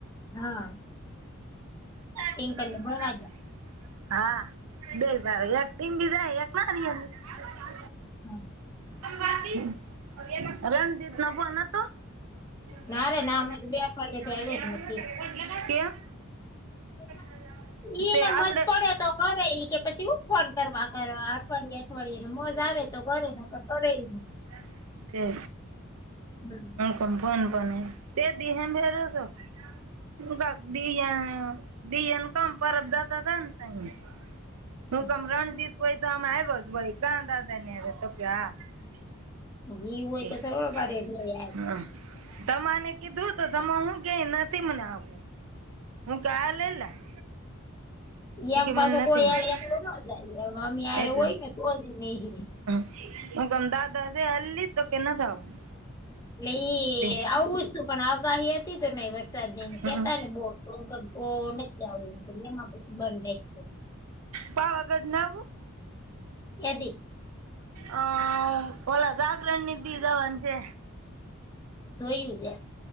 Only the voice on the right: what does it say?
<unintelligible>
<unintelligible>
<unintelligible> <inaudible>
<unintelligible>
આપડે
<inaudible>
<unintelligible> <unintelligible> <unintelligible>
<unintelligible>
<unintelligible> <unintelligible>
એ કે મને નથી એટલે <unintelligible>
તે
હમ
પાવાગઢ નાવું
અ. ઓલા જાગરણ નીધી જવાનું છે.